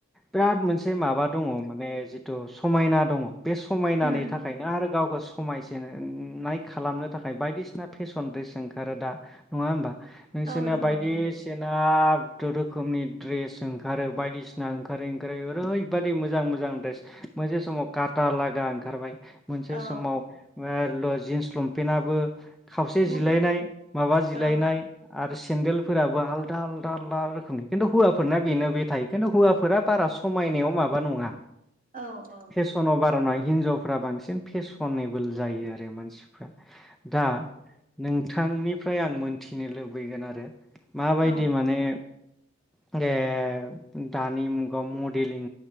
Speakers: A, in the centre; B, on the right.
A: बिराद मोनसे माबा दङ माने जिथु समायना दङ। बे समायनानि
B: उम
A: थाखायनो आरो गावखौ समायसिननाय खालामनो थाखाय बायदिसिना फेसन ड्रेस ओंखारो दा नङा होमबा नोंसोरनो
B: औ नंगौ
A: बायदिसिना
B: नंगौ
A: <unintelligible> रोखोमनि ड्रेस ओंखारो बायदिसिना ओंखारो ओंखारो ओरैबायदि मोजां मोजां ड्रेस मोनसे समाव काटा लागा ओंखारबाय। मोनसे समाव
B: औ
A: जिन्स लंपेनआबो खावसे
B: बुद
A: जिलायनाय माबा- जिलायनाय
B: औ
A: आरो सेन्देलफोराबो आलदा आलदा आलदा रोखोमनि खिन्थु हौवाफोरना बेनो बे थायो खिन्थु हौवाफोरा बारा समायनायाव माबा नङा।
B: औ औ
A: फेसनाव बार न हिनजावफ्रा बांसिन फेसनेबोल जायो आरो मानसि दा नों- थांनि- मफ्राय आं मोन्थिनो लुबैगोन आरो माबायदि
B: ओ
A: माने <unintelligible> दानि मुगायाव मडेलिं